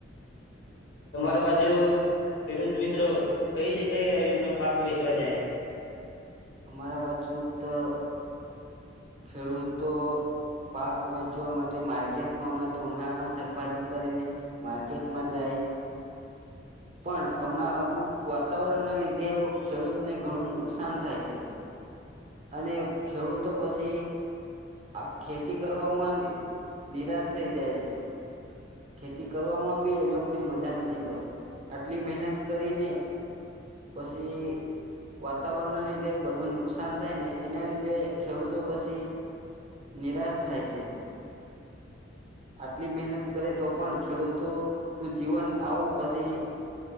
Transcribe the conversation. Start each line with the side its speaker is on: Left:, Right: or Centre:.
Left: તમારા બાજુ ખેડૂત મિત્રો કઈ જગ્યાએ એમનો પાક વેચવા જાય.
Right: અમારા બાજુ તો ખેડૂતો પાક વેચવા માટે માર્કેટમાં હમણાં તો ઉનાળામાં શાકભાજી કરીને માર્કેટમાં જાય. પણ હમણાં અમુક વાતાવરણના લીધે ખેડૂતને ઘણું નુકસાન થાય છે. અને ખેડૂતો પછી આ ખેતી કરવામાં નિરાશ થઈ જાય છે. ખેતી કરવામાં બી એ લોકોને મજા નથી પડસે આટલી મહેનત કરીને પછી વાતાવરણના લીધે બધું નુકસાન થાય ને એના લીધે ખેડૂતો પછી નિરાશ થાય છે આટલી મહેનત કરે તો પણ ખેડૂતો નું જીવન આવું પછી